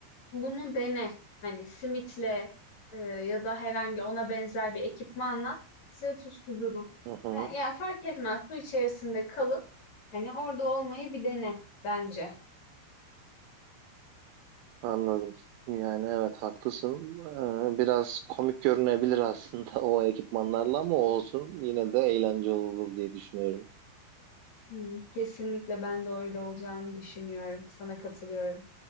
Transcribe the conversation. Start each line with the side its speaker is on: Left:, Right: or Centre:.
Left: bunu dene. Hani simitle e, ya da herhangi ona benzer bir ekipmanla sırt üstü durup
Right: Hı hı.
Left: yani, yani fark etmez su içerisinde kalıp hani orada olmayı bir dene bence.
Right: Anladım. Yani evet haklısın. Ee, biraz komik görünebilir aslında <laughs> o ekipmanlarla ama olsun yine de eğlence olur diye düşünüyorum.
Left: Hı, kesinlikle ben de öyle olacağını düşünüyorum. Sana katılıyorum.